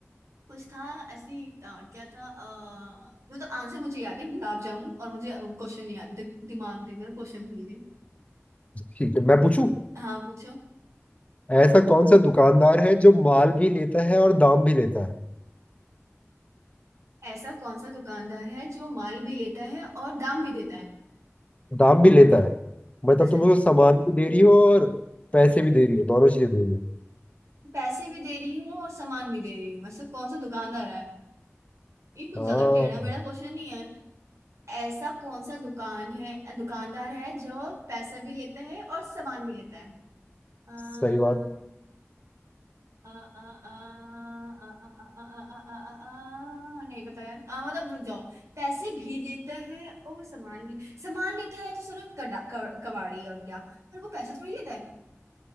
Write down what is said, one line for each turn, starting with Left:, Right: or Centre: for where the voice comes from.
Right: कुछ था ऐसी अ, क्या था अ, मतलब आंसर मुझे याद है गुलाब जामुन और मुझे क्वेश्चन नहीं याद दि, दिमाग दे मेरा क्वेश्चन भूल गई
Left: ठीक है मैं पूछूं
Right: हाँ पूछो
Left: ऐसा कौन सा दुकानदार है जो माल भी लेता है और दाम भी लेता है
Right: ऐसा कौन सा दुकानदार है जो माल भी लेता है और दाम भी देता है
Left: दाम भी लेता है मतलब
Right: अच्छा
Left: तुम उसको सामान भी दे रही हो और पैसे भी दे रही हो दोनों चीजें दे रही हो
Right: पैसे भी दे रही हूँ और सामान भी दे रही हूँ ऐसा कौन सा दुकानदार है ये कुछ
Left: हाँ
Right: ज्यादा टेढ़ा मेढ़ा क्वेश्चन नहीं है ऐसा कौन सा दुकान है दुकानदार है जो पैसा भी लेता है और सामान भी लेता है आ,
Left: सही बात
Right: आ, आ, आ, आ, आ, आ, आ, आ, आ, आ, आ, नहीं पता यार आ, मतलब रुक जाओ पैसे भी लेता है और सामान भी सामान लेता है तो चलो कड़ा क- कबाड़ी और क्या पर वो पैसा थोड़ी लेता है